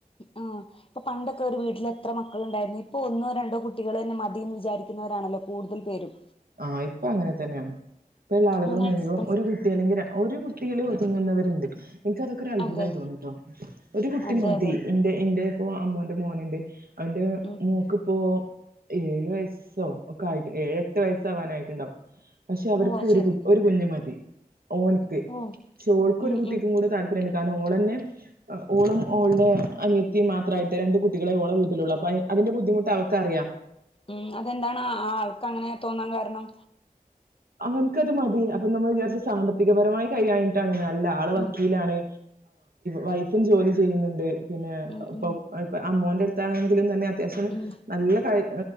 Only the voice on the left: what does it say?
ആ ഇപ്പൊ പണ്ടൊക്കെ ഒരു വീട്ടിലെത്ര മക്കളുണ്ടായിരുന്നു ഇപ്പൊ ഒന്നോ രണ്ടോ കുട്ടികളന്നെ മതിയന്ന് വിചാരിക്കുന്നവരാണല്ലോ കൂടുതൽ പേരും
അങ്ങനെ
എക്സ്പെൻസ്
അതെ
അതെ
അതെ
ഉം
ഓ അത്
ശരി
ഓ
ഉം
ഉം
ഉം അതെന്താണ് ആൾക്ക് അങ്ങനെ തോന്നാൻ കാരണം
ഉം
ഉം ഉം
ഉം